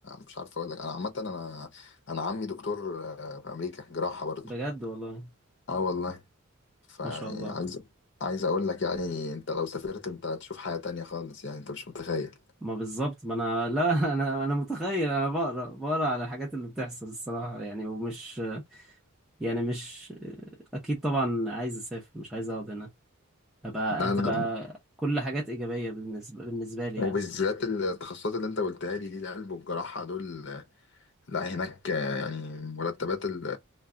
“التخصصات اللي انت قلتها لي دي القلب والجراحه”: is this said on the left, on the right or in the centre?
Left